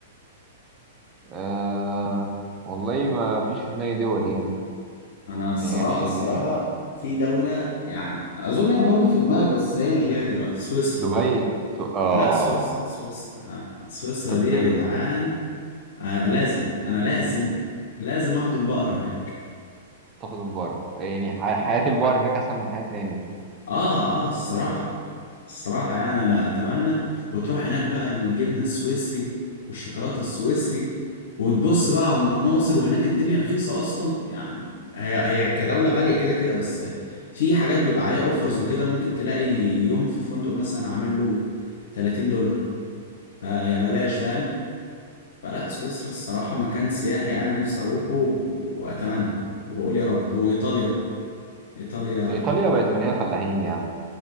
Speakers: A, on the right; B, on the left.
A: آه... والله ما فيش في دماغي دول يعني
B: انا الصراحه
A: يعني
B: الصراحه في دوله يعني اظن هي برضو في دماغك بس هي مش جايه دلوقتي سويسرا
A: دبي سو... اه
B: لا سويسرا سويسرا آه، سويسرا
A: توب
B: دي
A: ليرن
B: يا جدعان آه لازم انا لازم لازم احضن بقرة هناك
A: تاخد من بره يعني ح- حياة البار هناك أحسن من حياتنا هنا
B: اه اه الصراحة الصراحة يعني انا اتمنى وتروح هناك بقى الجبنة السويسري والشوكولاتة السويسري وتبص بقى على المناظر وهناك الدنيا رخيصة اصلا يعني هي هي كدولة غالية كده كده بس في حاجات بيبقى عليها اوفرز وكده ممكن تلاقي يوم في فندق مثلا عامل له 30 دولار فيا بلاش فاهم فلا سويسرا الصراحة مكان سياحي انا نفسي اروحه واتمنى وبقول يا رب وايطاليا ايطاليا
A: إيطاليا بقت مليانة فلاحين يعني